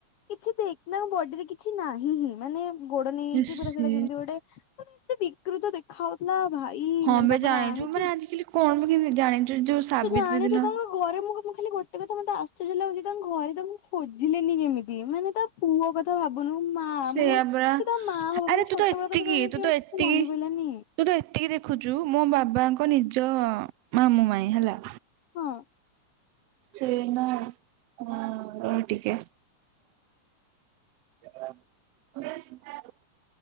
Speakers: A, on the left; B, on the right.
A: କିଛି ଦେଖ୍ ନା ବଡିରେ କିଛି ନାହିଁ ହିଁ ମାନେ ଗୋଡ ନେଇ ଏଇଚି
B: ସେ
A: ପୁରା ସେଟା କେମିତି ଗୋଟେ ମାନେ ଏତେ ବିକୃତ ଦେ ଖାଉଥୁଲା ଭାଇ
B: ହଁ
A: ମାନେ
B: ବେ
A: ତାପରେ
B: ଜାଣିଛୁ
A: ଆଣିକି
B: ମାନେ ଆଜିକାଲି କଣ ବେ କେମିତି ଜାଣିଛୁ ଯୋଉ ସାବିତ୍ରୀ
A: ତୁ ଜାଣିଚୁ
B: ଦିନ
A: ତାଙ୍କୁ ଆଉ ଘରେ ମୁଁ କା ମୁଁ ଖାଲି ଗୋଟେ କଥା ମତେ ଆଶ୍ଚର୍ଯ୍ୟ ଲାଗୁଚି ତାଙ୍କ ଘରେ ତାଙ୍କୁ ଖୋଜିଲେନି କେମିତି ମାନେ ତା ପୁଅ କଥା ଭା ବୁନୁ ମାଆ
B: ସେଇଆ
A: ମାନେ
B: ପରା
A: ସେ ତା ମାଆ ହବ
B: ଆରେ
A: ମାନେ
B: ତୁ
A: ଛୋଟବେଳ
B: ତ ଏତିକି
A: କଥା ତାକୁ ନେଇକି
B: ତୁ ତ
A: ଆଉ କିଛି
B: ଏତିକି
A: ମନେପଇଲାନି।
B: ତୁ ତ ଏତିକି ଦେଖୁଚୁ ମୋ ବାବାଙ୍କ ନିଜ ମାମୁଁ ମାଇଁ ହେଲା
A: ହଁ।
B: ସିଏ ନା ଆଁ ରହ ଟିକେ। ତମୋ